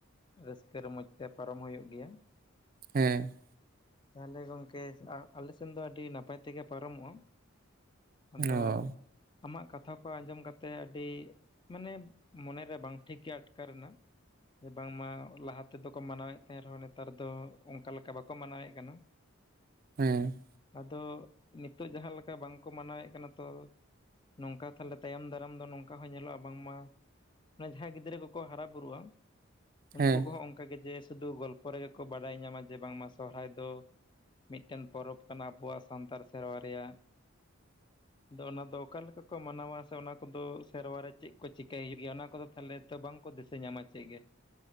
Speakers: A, on the left; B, on the right.
A: ᱨᱟᱹᱥᱠᱟᱹ ᱨᱚᱢᱚᱡᱽ ᱛᱮ ᱯᱟᱨᱚᱢ ᱦᱩᱭᱩᱜ ᱜᱮᱭᱟ
B: ᱦᱮᱸ
A: ᱛᱟᱦᱚᱞᱮ ᱜᱚᱝᱠᱮ ᱟᱞᱮᱥᱮᱱ ᱫᱚ ᱟᱹᱰᱤ ᱱᱟᱯᱟᱭ ᱛᱮᱜᱮ ᱯᱟᱨᱚᱢᱚᱜᱼᱟ ᱟᱫᱚ
B: ᱚ
A: ᱟᱢᱟᱜ ᱠᱟᱛᱷᱟ ᱠᱚ ᱟᱸᱡᱚᱢ ᱠᱟᱛᱮ ᱟᱹᱰᱤ ᱢᱟᱱᱮ ᱢᱚᱱᱮᱨᱮ ᱵᱟᱝ ᱴᱷᱤᱠ ᱟᱴᱠᱟᱨ ᱨᱮᱱᱟ ᱵᱟᱝᱢᱟ ᱞᱟᱦᱟ ᱛᱮᱫᱚ ᱢᱟᱱᱟᱣᱮᱫ ᱛᱟᱦᱮᱸ ᱨᱮᱦᱚᱸ ᱱᱮᱛᱟᱨ ᱫᱚ ᱚᱱᱠᱟ ᱞᱮᱠᱟ ᱵᱟᱠᱚ ᱢᱟᱱᱟᱣᱮᱫ ᱠᱟᱱᱟ
B: ᱦᱮᱸ
A: ᱟᱫᱚ ᱱᱤᱛᱚᱜ ᱡᱟᱦᱟᱸ ᱞᱮᱠᱟ ᱵᱟᱝᱠᱚ ᱢᱟᱱᱟᱣᱮᱫ ᱠᱟᱱᱟ ᱛᱚ ᱱᱚᱝᱠᱟ ᱛᱟᱦᱚᱞᱮ ᱛᱟᱭᱚᱢ ᱫᱟᱨᱟᱢ ᱫᱚ ᱱᱚᱝᱠᱟ ᱦᱚᱸ ᱧᱮᱞᱚᱜᱼᱟ ᱵᱟᱝᱢᱟ ᱡᱟᱦᱟᱸᱭ ᱜᱤᱫᱽᱨᱟᱹ ᱠᱚ ᱠᱚ ᱦᱟᱨᱟ ᱵᱩᱨᱩᱜᱼᱟ ᱩᱱᱠᱩ
B: ᱦᱮᱸ
A: ᱠᱚᱦᱚᱸ ᱚᱱᱠᱟᱜᱮ ᱡᱮ ᱥᱩᱫᱷᱩ ᱜᱚᱞᱯᱚ ᱨᱮᱜᱮ ᱠᱚ ᱵᱟᱰᱟᱭ ᱧᱟᱢᱟ ᱡᱮ ᱵᱟᱝᱢᱟ ᱥᱚᱦᱨᱟᱭ ᱫᱚ ᱢᱤᱫᱴᱮᱱ ᱯᱚᱨᱚᱵᱽ ᱠᱟᱱᱟ ᱟᱵᱚᱣᱟᱜ ᱥᱟᱱᱛᱟᱲ ᱥᱮᱨᱣᱟ ᱨᱮᱭᱟᱜ
B: <inaudible>
A: ᱟᱫᱚ ᱚᱱᱟ ᱫᱚ ᱚᱠᱟ ᱞᱮᱠᱟ ᱠᱚ ᱢᱟᱱᱟᱣᱟ ᱥᱮ ᱚᱱᱟ ᱠᱚᱫᱚ ᱥᱮᱨᱣᱟ ᱨᱮ ᱪᱮᱫ ᱠᱚ ᱪᱤᱠᱟᱹᱭ ᱦᱩᱭᱩᱜ ᱜᱮᱭᱟ ᱚᱱᱟ ᱠᱚᱫᱚ ᱛᱟᱦᱚᱞᱮ ᱛᱚ ᱵᱟᱝ? ᱫᱤᱥᱟᱹ ᱧᱟᱢᱟ ᱪᱮᱫ ᱜᱮ